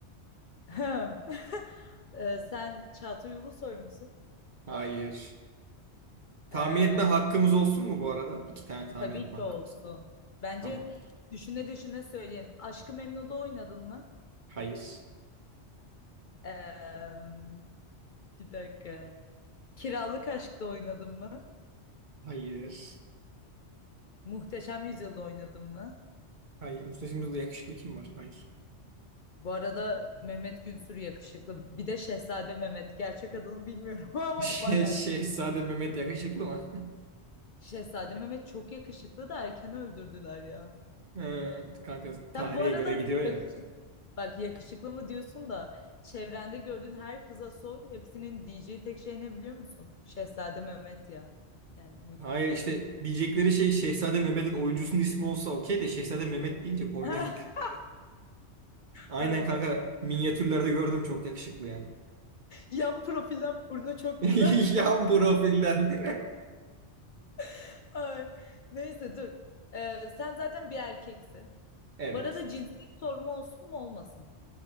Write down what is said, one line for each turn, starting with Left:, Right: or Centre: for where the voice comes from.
Left: <laughs> Ee, sen Çağatay Ulusoy musun?
Right: Hayır. Tahmin
Left: Ee,
Right: etme hakkımız olsun mu bu arada? İki tane tahmin
Left: tabii
Right: etme
Left: ki
Right: hakkımız.
Left: olsun. Bence
Right: Tamam.
Left: düşüne düşüne söyleyeyim. Aşk-ı Memnu'da oynadın mı?
Right: Hayır.
Left: Ee, bir dakika. Kiralık Aşk'ta oynadın mı?
Right: Hayır.
Left: Muhteşem Yüzyıl'da oynadın mı?
Right: Hayır. Mustafa'mızda yakışıklı kim var? Hayır.
Left: Bu arada Mehmet Günsür yakışıklı. Bir de Şehzade Mehmet. Gerçek adını bilmiyorum <laughs> ama
Right: <laughs> Şey,
Left: bayağı
Right: Şehzade
Left: yakışıklı.
Right: Mehmet yakışıklı mı? <laughs>
Left: Şehzade Mehmet çok yakışıklı da erken öldürdüler ya.
Right: Ee, kanka tarihe
Left: Sen bu arada
Right: göre gidiyor ya.
Left: yak- bak yakışıklı mı diyorsun da çevrende gördüğün her kıza sor. Hepsinin diyeceği tek şey ne biliyor musun? Şehzade Mehmet ya. Yani mükemmel.
Right: Hayır işte diyecekleri şey Şehzade Mehmet'in oyuncusunun ismi olsa okey de Şehzade Mehmet deyince komiğime
Left: <laughs>
Right: gitti. Aynen
Left: Aynen.
Right: kanka minyatürlerde gördüm çok yakışıklı yani.
Left: Yan profilden burnu çok
Right: <laughs>
Left: güzel.
Right: Yan profilden. <laughs>
Left: <laughs> Ay. Neyse dur. Ee, sen zaten bir erkeksin.
Right: Evet.
Left: Bu arada cinsiyet sorumu olsun mu olmasın?